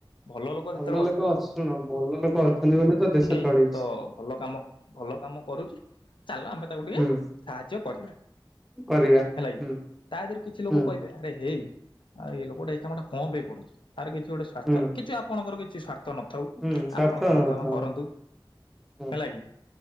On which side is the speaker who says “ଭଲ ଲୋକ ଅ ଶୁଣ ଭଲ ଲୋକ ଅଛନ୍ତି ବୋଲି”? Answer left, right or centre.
Centre